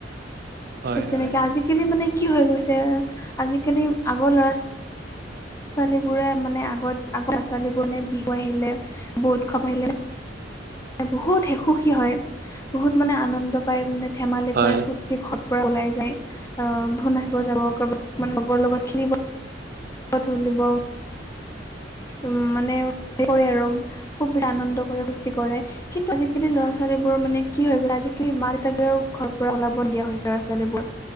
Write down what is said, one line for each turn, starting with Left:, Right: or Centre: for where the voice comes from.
Right: হয়
Left: তেনেকে
Right: হয়
Left: আজিকালি মানে কি হৈ গৈছে আজিকালি আগৰ ল'ৰা ছোৱালী বোৰে মানে আগত আগৰ ছোৱালী বোৰ নে বিহু আহিলে বহু উৎসৱ আহিলে বহুত হে সুখী হয় বহুত মানে আনন্দ পায় মানে ধেমালি
Right: হয়
Left: কৰে ফুৰ্ত ৰাতি ঘৰৰ পৰা ওলাই যায় অ বিহু নাচিব যাব কবাত মানে লগৰ লগত খেলিব বা থলিব উম মানে হেই কৰে আৰু খুব আনন্দ কৰে ফূৰ্তি কৰে কিন্তু আজিকালি ল'ৰা ছোৱালীবোৰ মানে কি হৈ গ'ল আজিকালি মা দেউতাকবোৰেও ঘৰৰ পৰা ওলাব নিদিয়া হৈছে ল'ৰা ছোৱালীবোৰ